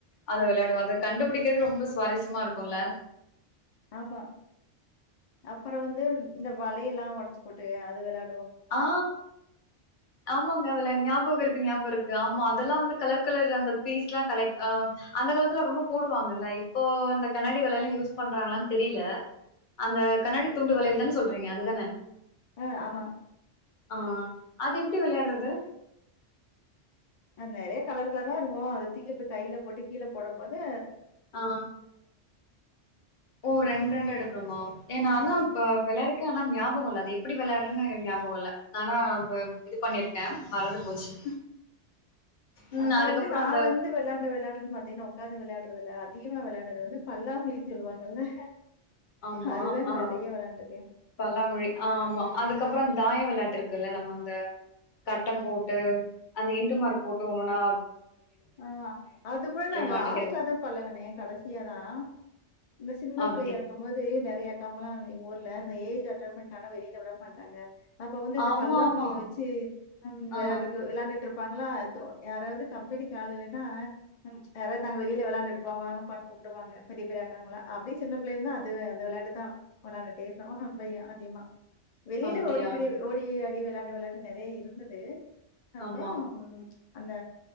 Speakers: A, on the left; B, on the left.
A: அத வெளையாடுவோ அத கண்டுபுடிக்கறது ரொம்ப சுவாரஸ்யமாருக்குல்ல
B: ஆமா அப்புறோ வந்து இந்த வலையல்லா ஒடைச்சு போட்டு அது வெளையா
A: ஆ ஆமாங்க உங்ள ஞாபகோருக் க்கு ஞாபகம் இருக்கு ஆமா அதெல்லா வந்து கலர் கலர் அந்த பீஸ்ட்லா கலெக்ட் ஆ அந்த காலத்துல ரொம்ப போடுவாங்கல்ல இப்போ இந்த கண்ணாடி வலையெல்லா யூஸ் பண்றாங்களான் தெரில அந்த கண்ணாடி தூண்டு வலையில தான சொல்றீங்க அதுதான
B: ஆ ஆமா
A: ஆ அது எப்பிடி வெளையாடுறது
B: அது நெறைய கலர் கலரா இருக்கு அத தூக்கி இப்டி கைல போட்டு கீழ போடம் போது
A: ஆ ஓ ரெண்டு ரெண்டா எடுக்கணுமா ஏ நா
B: ஆ
A: தா இப்ப வெளையாடி க்கே ஆனா ஞாபகோ இல்ல அது எப்டி வெளயாடுனுன்னு ஞாபகோ இல்ல நானா இப்ப இது பண்ணிருக்கே மறந்து போச்சு ம்
B: அப்பறோ
A: அதுக்கப்றோ
B: வந்து நா
A: அந்த
B: வந்து வெளாண்ட விளையாட்டுன்னு பாத்தீன்னா உக்காந்து விளையாடுற விளையா அதிகமா விளையாண்டது வந்து பல்லாங்குழின் சொல்லுவாங்கல்ல
A: ஆமா
B: அதுதாங்க
A: ஆ
B: நெறைய வெளாண்டுருக்கே
A: பல்லாங்குழி ஆ ஆமா அதுக்கப்பறோ தாயோ விளையாட்டு இருக்குல்ல நம்ம அந்த கட்டம் போட்டு அந்த இண்டு மார்க் போட்டு ஒவ்வொண்ணா
B: ஆ அது கூட நா
A: மாட்டிக்கிறது
B: லாஸ்டா தா பழகுணே கடசியா தா இந்த சின்ன
A: அப்டி
B: பிள்ளையா இருக்கும் போது நெறைய கமலா எங்க ஊரு ல இந்த ஏஜ் அட்டன்ட் பண்ட்டானா வெளில விட மாட்டாங்க அப்ப வந்து இந்த
A: ஆமா
B: பல்லாங்குழி
A: ஆமா
B: வச்சு அம்
A: ஆ
B: விளையாடுட்டு விளையாண்டுட்டு இருப் இருப்பாங்களா தோ யாராவது கம் படிக்கு ஆள் இல்லேன்னா ம் ச் யாராவது நாங்க வெளில விளையாண்டுட்டு போவாங்க வாங்கப்பானு கூப்புடுவாங்க பெரிய பெரிய ஆட்காரங்கல்லா அப்டியே சின்ன பிள்ளேல இருந்து அது அந்த விளையாட்டுதா விளையாண்டுட்டே இருப்போ ஆஹோ ரொம்பயே அதிகமா வெளில
A: அப்டியா
B: ஓடிப்புடி ஓடி ஆ டி விளாண்ட விளையாண்டு நெறைய இருந்தது அப்பறோ
A: ஆமா
B: ச் அந்த